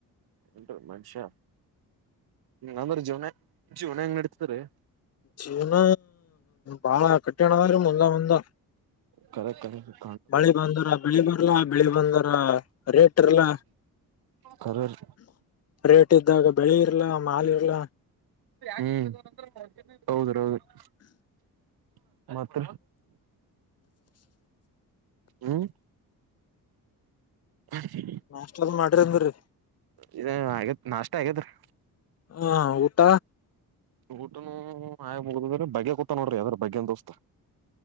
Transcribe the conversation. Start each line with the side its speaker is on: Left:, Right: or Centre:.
Right: ಎಟ <unintelligible> ಮನುಷ್ಯ ಹ್ಮ ಅಂದ್ರ ಜೀವನ ಜೀವನ ಹೆಂಗ್ ನಡತರಿೀ
Left: ಜೀವನ ಬಾಳ ಕಠಿಣ ಅದ್ರಿ ಮುಂದ ಮುಂದ
Right: ಕರೆ ಕರೆ ಹ್ಮ್
Left: ಮಾಳಿ ಬಂದರ ಬೆಳಿ ಬರ್ಲಾ ಬೆಳಿ ಬಂದರ ರೇಟ್ ಇರಲ್ಲ
Right: ಕರರ್
Left: ರೇಟ್ ಇದ್ದಾಗ ಬೆಳಿ ಇರ್ಲ ಮಾಲ್ ಇರ್ಲಾ
Right: ಹ್ಮ್ ಹೌದ್ರ ಹೌದ್ರ ಮತ್ತ ಹ್ಮ್ ಹ <inaudible>
Left: ನಾಷ್ಟದ ಮಾಡ್ರಿ ಅಂದ್ರರಿ
Right: ಇ ಆಗೇತ್ ನಾಷ್ಟ ಆಗೇತ್ ರಿ
Left: ಹಾ ಊಟ
Right: ಊಟನು ಆಯ ಮುಗದ್ರೆ ಬಗ್ಗೆ ಕೂತ ನೋಡ್ರಿ ಅದ್ರ ಬಗ್ಗೆನ್ ದೋಸ್ತ